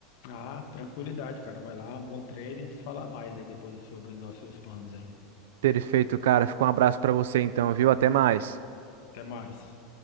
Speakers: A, on the left; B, on the right.
A: Ah, tranquilidade, cara. Vai lá, bom treino e a gente fala mais aí depois sobre os nossos planos aí.
B: Perfeito, cara. Fica um abraço pra você então, viu? Até mais.
A: Até mais.